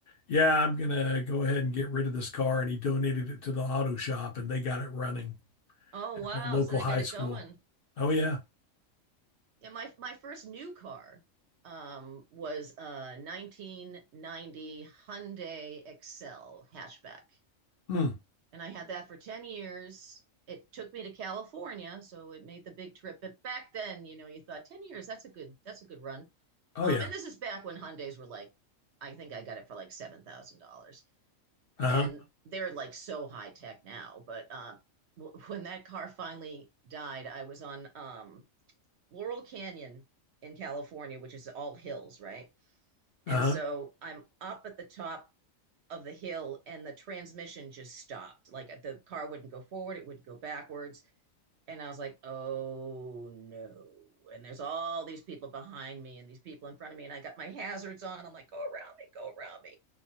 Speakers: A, on the left; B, on the right.
A: "Yeah, I'm gonna go ahead and get rid of this car," and he donated it to the auto shop, and they got it running
B: Oh
A: at
B: wow.
A: the local
B: So they
A: high
B: got it
A: school.
B: going.
A: Oh yeah,
B: Yeah, my my first new car um was a 1990 Hyundai Excel hatchback.
A: hmm.
B: and I had that for 10 years. It took me to California, so it made the big trip. But back then, you know, you thought 10 years, that's a good that's a good run.
A: Oh
B: Um,
A: yeah,
B: and this is back when Hyundai's were like, I think I got it for like $7,000.
A: uh-huh,
B: And they're like so high tech now. But uh, w- when that car finally died, I was on um, Laurel Canyon in California, which is all hills, right? And
A: uh-huh.
B: so I'm up at the top of the hill and the transmission just stopped. Like the car wouldn't go forward, it would go backwards. And I was like, oh no. And there's all these people behind me and these people in front of me. And I got my hazards on. I'm like, go around me, go around me.